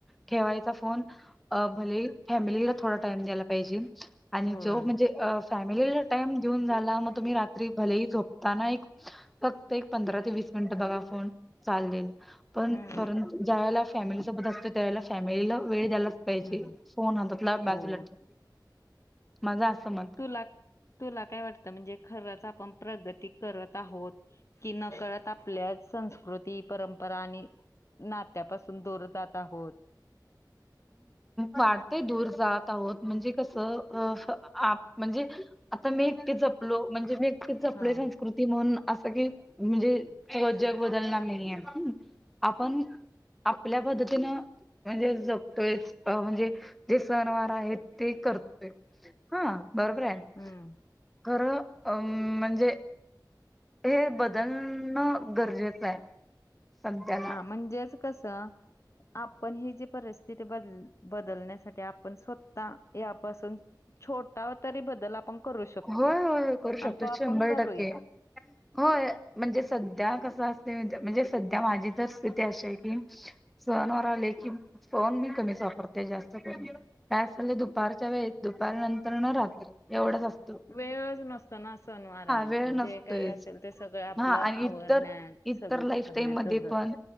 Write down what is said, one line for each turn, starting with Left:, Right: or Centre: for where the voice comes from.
Centre: ठेवायचा फोन. <unintelligible> फॅमिलीला थोड टाईम द्यायला पाहिजे आणि
Left: होय.
Centre: जो म्हणजे फॅमिलीला टाइम देऊन जाला मग तुम्ही रात्री भलेही झोपताना एक फक्त एक पंधरा ते वीस मिनिट बघा फोन चाललेल. पण
Left: हम्म
Centre: परंतु ज्या वेळेला फॅमिली सोबत असतो त्यावेेळेला फॅमिलीला वेळ द्यायलाच पाहिजे.
Left: हम्म
Centre: फोन हातातला
Left: हो
Centre: बाजूला ठेवून, माझं असं मत
Left: तुला, तुला काय वाटतं म्हणजे खरंच आपण प्रगती करत आहोत‌. कि नकळत आपल्या संस्कृती परंपरा आणि नात्यापासून दूर जात आहोत.
Centre: वाढते दूर जात आहोत म्हणजे कसं अ आप म्हणजे आता मी एकटे जपलो म्हणजे मी एकटच जपलो
Left: हा
Centre: संस्कृती ती म्हणून असं कि म्हणजे <unintelligible> जग बदलणार नाही आहेे आपण आपल्या पद्धतीनं, म्हणजे जपतोयच म्हणजे जे सणवार आहेत. ते करतोय हा बरोबर आहे,
Left: हम्म.
Centre: खरं अ म्हणजे हे बदलणं गरजेचं आहे, संत्याला.
Left: हा म्हणजेच कस आपण हे जे परि तिथे बदल बदलण्यासाठी आपण स्वत यापासून छोटा तरी बदल आपण करू शकतोय
Centre: होय होय होय करू शकतो
Left: आणि तो आपण
Centre: शंभर
Left: करूया.
Centre: टक्के होय म्हणजे सध्या कसं असते म्हणजे सध्या माझी त तिथ अशा आहे की, सहणवार आले की सहण मी कमीच वापरते जास्त करून. काय <unintelligible> दुपारच्या वेळ दुपार नंतर न रात्री एवढंच असत.
Left: वेळच नसताना सणवारा
Centre: वेळ नसतोयच
Left: जे काही असेल ते सगळं आपलं
Centre: हा आणि
Left: आवरण्यात
Centre: इतर इतर
Left: सगळं
Centre: लाईफटाईम
Left: करण्यातच
Centre: मध्ये
Left: जात
Centre: पण,